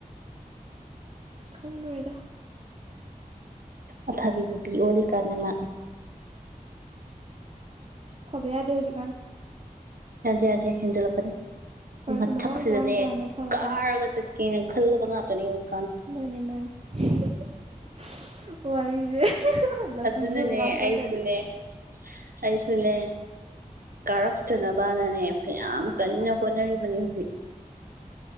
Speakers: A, on the right; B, on the right.
A: ꯈꯪꯗ꯭ꯔꯦꯗ
B: ꯑꯐꯕꯤ ꯅꯨꯄꯤ ꯑꯣꯜꯂꯤꯀꯥꯟꯅ ꯃꯥ
A: ꯐꯕ ꯌꯥꯗꯦ ꯍꯧꯖꯤꯛꯀꯥꯟ
B: ꯌꯥꯗꯦ ꯌꯥꯗꯦ ꯍꯦꯟꯖꯤꯜꯂꯛꯀ
A: ꯐꯔꯁꯨ
B: ꯃꯊꯛꯁꯤꯗꯅꯦ
A: ꯃꯇꯥꯡ ꯆꯥꯅ ꯆꯥꯅ ꯐꯒꯗꯕ
B: ꯀꯥꯔꯒ ꯆ ꯀꯩꯅꯣ ꯈꯜꯂꯕ ꯉꯥꯛꯇꯅꯦ ꯍꯧꯖꯤꯛ
A: ꯃꯥꯅꯦ ꯃꯥꯅꯦ <unintelligible> ꯋꯥꯔꯤꯁꯦ <unintelligible> ꯂꯛꯁꯃꯤꯗꯣ
B: ꯑꯗꯨꯅꯅꯦ
A: ꯑꯝꯀ ꯍꯥꯞꯆꯜꯂꯗꯤ
B: ꯑꯩꯁꯨꯅꯦ ꯑꯩꯁꯨꯅꯦ ꯀꯥꯔꯛꯇꯅꯕꯅꯅꯦ ꯐꯅꯌꯥꯝ ꯀꯟꯅ ꯍꯣꯠꯅꯔꯤꯕꯅ ꯍꯧꯖꯤꯛ